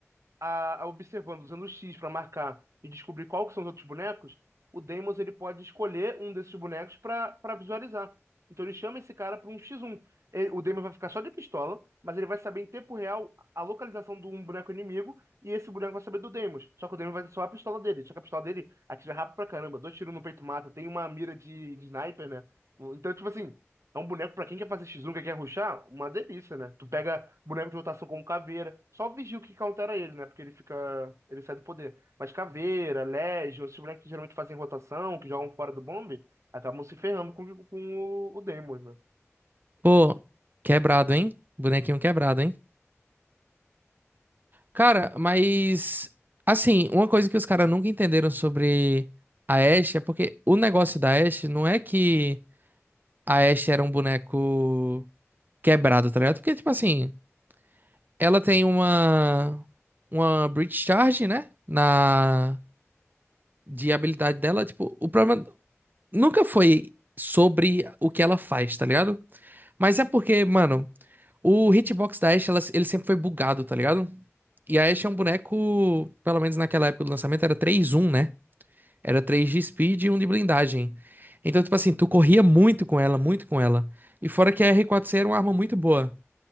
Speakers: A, on the right; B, on the right.
A: a, a observando, usando o X para marcar e descobrir qual que são os outros bonecos, o Deimos ele pode escolher um desses bonecos para para visualizar. Então ele chama esse cara para um x um. Ele- o Deimos vai ficar só de pistola, mas ele vai saber em tempo real a localização de um boneco inimigo e esse boneco vai saber do Deimos. Só que o Deimos vai só a pistola dele. Só que a pistola dele atira rápido pra caramba, dois tiros no peito mata, tem uma mira de, de sniper, né? Então, tipo assim. É um boneco pra quem quer fazer X1, que quer rushar, uma delícia, né? Tu pega boneco de rotação como Caveira, só vigia o que countera ele, né? Porque ele fica, ele sai do poder. Mas Caveira, Legion, esses bonecos que geralmente fazem rotação, que jogam fora do bombe, acabam se ferrando com, com o, o Daemon, né?
B: Pô, quebrado, hein? Bonequinho quebrado, hein? Cara, mas. Assim, uma coisa que os caras nunca entenderam sobre a Ashe é porque o negócio da Ashe não é que a Ashe era um boneco quebrado, tá ligado? Porque, tipo assim. Ela tem uma uma breach charge, né? Na de habilidade dela, tipo, o problema nunca foi sobre o que ela faz, tá ligado? Mas é porque, mano, o hitbox da Ashe, ela- ele sempre foi bugado, tá ligado? E a Ashe é um boneco, pelo menos naquela época do lançamento, era três um né? Era três de speed e um de blindagem. Então, tipo assim, tu corria muito com ela, muito com ela. E fora que a r quatro c era uma arma muito boa.